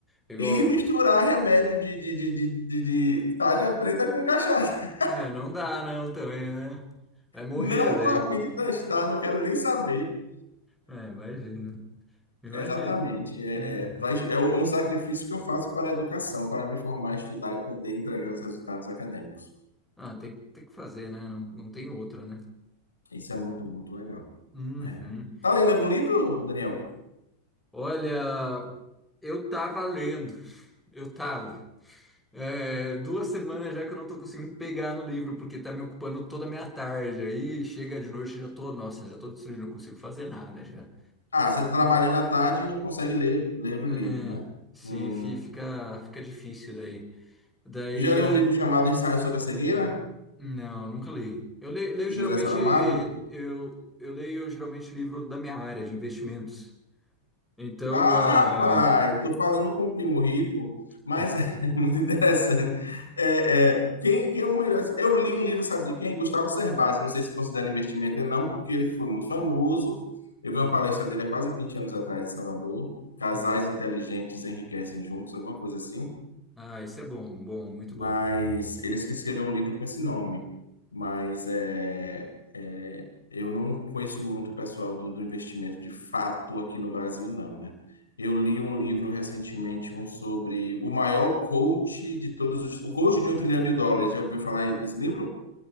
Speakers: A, in the centre; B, on the left.
A: Igual,
B: E misturar remédio de, de, de, de, de, de tarja preta com cachaça.
A: é, não dá não também, né? Vai morrer
B: Não
A: daí.
B: estou a fim de testar, não quero nem saber.
A: É, imagina. Imagina.
B: Exatamente. É,
A: Uhum.
B: é, pra- é um sacrifício que eu faço para a educação, para me formar, estudar e poder entregar os resultados acadêmicos.
A: Ah, tem, tem que fazer, né? Não, não tem outra, né?
B: Isso é muito, muito legal,
A: Uhum.
B: né? Tá lendo algum livro, Daniel?
A: Olha, eu tava lendo. Eu tava. É, duas semanas já que eu não tô conseguindo pegar no livro, porque tá me ocupando toda a minha tarde. Aí chega de noite já tô, nossa, já tô destruído, não consigo fazer nada já.
B: Ah, você está trabalhando à tarde e não consegue ler, ler
A: É,
B: o livro, né?
A: sim,
B: Hum.
A: fi- fica, fica difícil daí. Daí,
B: Tu já leu
A: é,
B: um livro chamado Ensaio sobre a Cegueira,
A: não, nunca li. Eu le- leio,
B: do
A: geralmente,
B: José Saramago?
A: eu, eu leio geralmente livro da minha área, de investimentos. Então,
B: Ah,
A: ah,
B: pai, tô falando com o primo rico, mas
A: <laughs>
B: <laughs> é muito interessante. É, é, quem, quem é o melhor? Eu li um livro, sabe de quem? Gustavo Cerbasi. Não sei se considera investimento ou não, porque ele foi muito famoso. Eu vi
A: Hum,
B: uma palestra dele há quase 20 anos atrás em Salvador. Casais
A: hum.
B: inteligentes enriquecem juntos, alguma coisa assim.
A: Ah, esse é bom, bom, muito
B: Mas
A: bom.
B: eles que escreveram um livro com esse nome. Mas é, é, eu não conheço muito o pessoal do, do investimento de fato aqui no Brasil, não, né? Eu li um livro recentemente, um sobre o maior coach de todos os... O coach de um trilhão de dólares. Já ouviu falar desse livro?